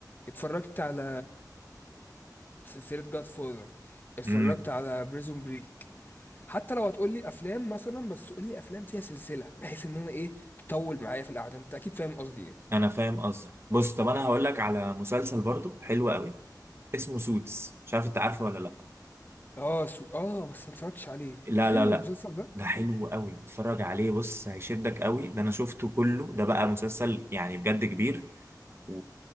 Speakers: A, on the left; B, on the right.
A: اتفرجت على سلسلة جاد فاذر اتفرجت
B: امم
A: على بريزون بريك حتى لو هتقول لي افلام مثلا بس قول لي افلام فيها سلسلة بحيث ان انا ايه تطول معايا في القعدة انت اكيد فاهم قصدي ايه
B: انا فاهم قصدك بص طب انا هقول لك على مسلسل برضو حلو قوي اسمه سوتس مش عارف انت عارفه ولا لا
A: اه سو... اه بس ما اتفرجتش عليه
B: لا
A: حلو
B: لا لا
A: المسلسل ده
B: ده حلو قوي اتفرج عليه بص هيشدك قوي ده انا شفته كله ده بقى مسلسل يعني بجد كبير و...